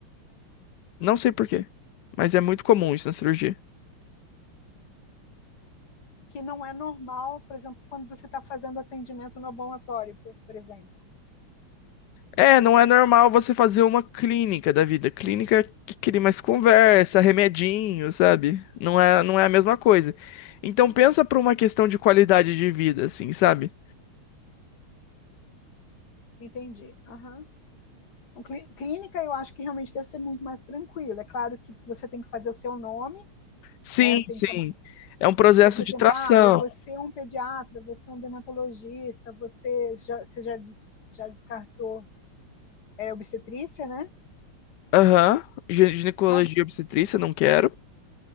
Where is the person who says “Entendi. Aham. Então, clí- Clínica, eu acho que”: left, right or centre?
Left